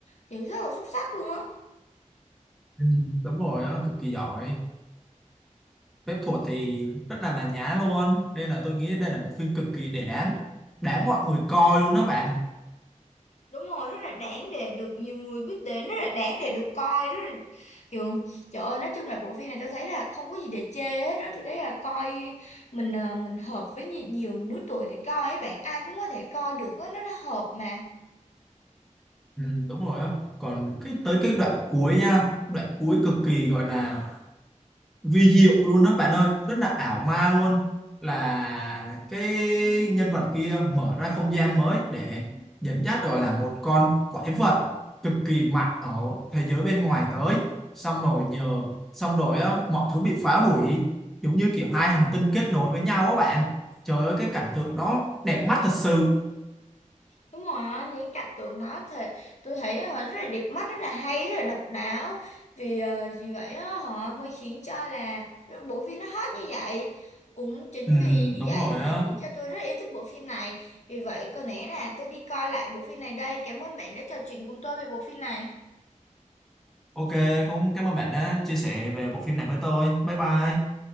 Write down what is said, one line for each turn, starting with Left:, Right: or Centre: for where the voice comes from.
Left: hiểu rất là xuất sắc luôn á
Centre: ừ, đúng rồi á cực kỳ giỏi phép thuật thì rất là màn nhã luôn nên là tôi nghĩ đây là một phim cực kỳ để đáng đáng mọi người coi luôn đó bạn
Left: đúng rồi rất là đáng để được nhiều người biết đến rất là đáng để được coi rất là kiểu trời ơi nói chung là bộ phim này tôi thấy là không có gì để chê hết đó tôi thấy là coi mình à, mình hợp với nhi- nhiều lứa tuổi để coi ấy bạn ai cũng có thể coi được á nó, nó hợp mà
Centre: ừ, đúng rồi á còn cái tới cái đoạn cuối nha đoạn cuối cực kỳ gọi là vi diệu luôn đó bạn ơi rất là ảo ma luôn là cái nhân vật kia mở ra không gian mới để dẫn dắt rồi là một con quái vật cực kỳ mạnh ở thế giới bên ngoài tới xong rồi nhờ xong rồi á, mọi thứ bị phá hủy giống như kiểu hai hành tinh kết nối với nhau á bạn trời ơi cái cảnh tượng đó đẹp mắt thật sự
Left: Đúng rồi á, những cái cảnh tượng đó thì tôi thấy họ rất là đẹp mắt, rất là hay, rất là độc đáo. Vì ờ, vì vậy á, họ mới khiến cho là bộ phim nó hot như vậy. Cũng chính
Centre: ừ
Left: vì như
Centre: đúng
Left: vậy
Centre: rồi
Left: mà
Centre: á
Left: khiến cho tôi rất yêu thích bộ phim này. Vì vậy có lẽ là tôi đi coi lại bộ phim này đây. Cảm ơn bạn đã trò chuyện cùng tôi về bộ phim này.
Centre: ok cũng cảm ơn bạn đã chia sẻ về bộ phim này với tôi bye bye